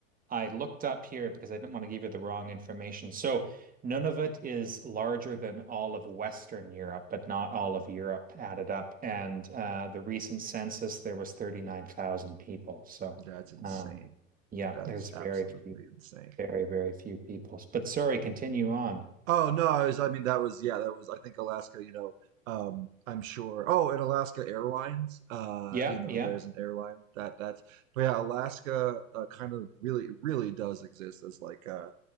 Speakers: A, on the right; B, on the right.
A: I looked up here because I didn't want to give you the wrong information. So Nunavut is larger than all of Western Europe, but not all of Europe added up. And uh, the recent census, there was 39,000 people. So
B: that's insane.
A: um, yeah,
B: That
A: there's
B: is
A: very
B: absolutely
A: few,
B: insane.
A: very, very few people. But sorry, continue on.
B: Oh no, I was, I mean that was yeah, that was I think Alaska, you know, um I'm sure. Oh, and Alaska Airlines, uh,
A: Yeah,
B: you know,
A: yeah,
B: there's an airline that that's but yeah, Alaska uh, kind of really really does exist as like uh